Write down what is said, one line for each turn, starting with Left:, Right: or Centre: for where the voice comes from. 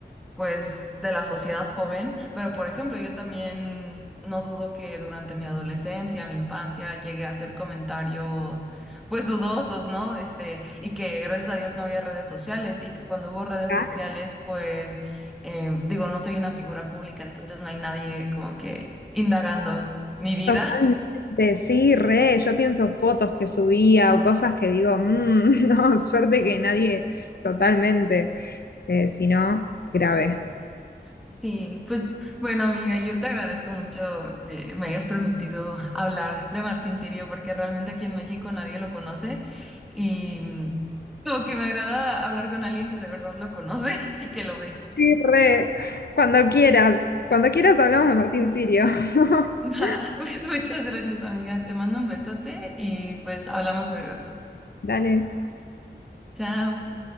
Centre: pues, de la sociedad joven, pero por ejemplo, yo también no dudo que durante mi adolescencia, mi infancia, llegué a hacer comentarios, pues, dudosos, ¿no? Este, y que gracias a Dios no había redes sociales y que cuando hubo redes
Left: Claro.
Centre: sociales, pues, em, digo, no soy una figura pública, entonces no hay nadie como que indagando mi vida.
Left: Totalmente, sí, re, yo pienso fotos que subía o cosas que digo, "Mm, <laughs> no, suerte que nadie, totalmente, eh, si no, grave.
Centre: Sí, pues bueno, amiga, yo te agradezco mucho que me hayas permitido hablar de Martín Sirio, porque realmente aquí en México nadie lo conoce y mm, como que me agrada hablar con alguien que de verdad lo conoce <laughs> y que lo ve.
Left: Sí, re, cuando quieras, cuando quieras hablamos de Martín Sirio. <laughs>
Centre: <laughs> Pues muchas gracias, amiga. Te mando un besote y pues hablamos luego.
Left: Dale,
Centre: Chao.